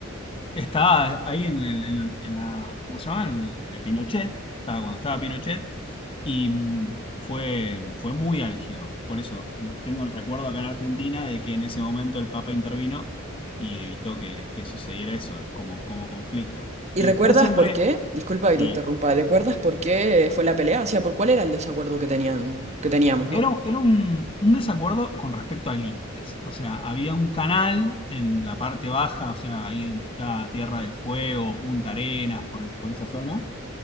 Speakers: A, on the left; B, on the right.
A: Estaba ahí en, el- en- en la, ¿cómo se llama? En el de Pinochet, estaba cuando estaba Pinochet y mm, fue, fue muy álgido. Por eso mm, tengo el recuerdo acá en Argentina de que en ese momento el Papa intervino y evitó que, que sucediera eso como, como conflicto.
B: ¿Y
A: Y
B: recuerdas
A: después siempre,
B: por qué? Disculpa que
A: sí,
B: te interrumpa. ¿Recuerdas por qué fue la pelea? O sea, ¿por cuál era el desacuerdo que tenían, que teníamos, ¿no?
A: era, un- era un, un desacuerdo con respecto a límites. O sea, había un canal en la parte baja, o sea, ahí donde está Tierra del Fuego, Punta Arenas, por, es- por esa zona